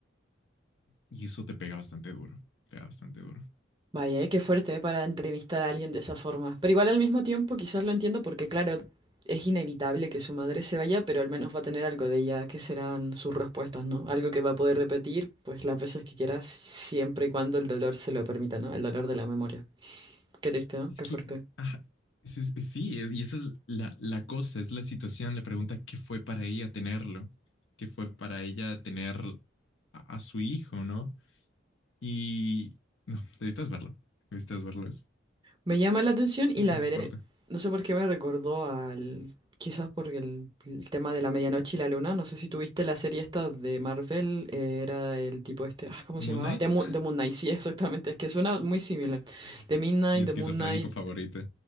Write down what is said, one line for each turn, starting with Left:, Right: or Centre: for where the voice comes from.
Left: Y eso te pega bastante duro, pega bastante duro.
Right: Vaya, eh, qué fuerte eh, para entrevistar a alguien de esa forma. Pero igual al mismo tiempo quizás lo entiendo porque claro, es inevitable que su madre se vaya, pero al menos va a tener algo de ella, que serán sus respuestas, ¿no? Algo que va a poder repetir pues las veces que quieras, siempre y cuando el dolor se lo permita, ¿no? El dolor de la memoria. Qué triste, ¿no?
Left: Es
Right: Qué
Left: que,
Right: fuerte.
Left: es- ajá, es- es- sí, es- y esa es la, la cosa, es la situación, la pregunta, ¿qué fue para ella tenerlo? ¿Qué fue para ella tener a, a su hijo, ¿no? Y, no, necesitas verlo, necesitas verlo, es
Right: Me llama la atención
Left: bastante
Right: y la veré.
Left: fuerte.
Right: No sé por qué me recordó al... Quizás porque el, el tema de la medianoche y la luna. No sé si tuviste la serie esta de Marvel. eh, era el tipo este... Ah, ¿cómo
Left: Moon
Right: se llamaba?
Left: Knight,
Right: The, Mo- The Moon Knight. <laughs> Sí, exactamente. Es que suena muy similar.
Left: <laughs>
Right: The Midnight,
Left: mi esquizofrénico
Right: The Moon Knight.
Left: favorito.